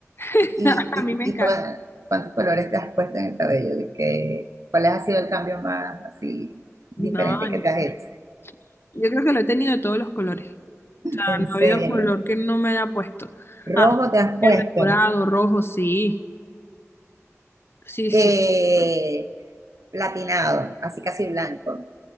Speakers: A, on the left; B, on the right.
A: <laughs>
B: ¿Y, y,
A: A mí me
B: y
A: encanta.
B: cua- cuántos colores te has puesto en el cabello? ¿Y qué- cuál ha sido el cambio más así diferente
A: No,
B: que
A: yo
B: te has
A: creo,
B: hecho?
A: yo creo que lo he tenido de todos los colores. Ah,
B: En
A: No
B: serio,
A: ha habido color que no me haya puesto.
B: rojo te has puesto,
A: Verde, dorado, rojo, sí. Sí, sí.
B: eh, platinado, así casi blanco.